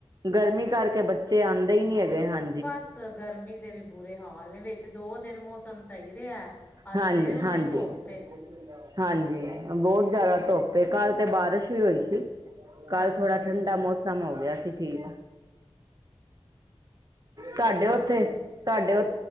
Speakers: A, on the right; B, on the left.
A: ਗਰਮੀ ਕਾਰਕੇ ਬੱਚੇ ਆਂਦੇ ਈ ਨੀ ਹੈਗੇ ਹਾਨ
B: ਬਾੱਸ ਗਰਮੀ ਦੇ ਵੀ ਬੁਰੇ ਹਾਲ ਨੇ, ਵੇਚ ਦੋ ਦੇਨ ਮੋਸਮ ਸੲਈ ਰੇਆ। ਅਆੱਜ
A: ਹਾਂਜੀ
B: ਫੇਰ ਓਵੇਂਈ
A: ਹਾਂਜੀ
B: ਧੋਪ ਏ।
A: <inaudible> ਹਾਂਜੀ, ਬੋਤ ਜਾਦਾ ਧੋਪ ਏ, ਕਾੱਲ ਤੇ ਬਾਰਸ਼ ਵੀ ਹੋਈ ਸੀ। ਕਾੱਲ
B: ਹਾਂਜੀ
A: ਥੋੜਾ
B: ਹਾਂਜੀ
A: ਠੰਡਾ ਮੋਸਮ ਹੋਗੇਆ ਸੀ ਠੀਕ ਤੋਆਡੇ
B: ਹਾਂਜੀ
A: ਓਥੇ, ਤੋਆਡੇ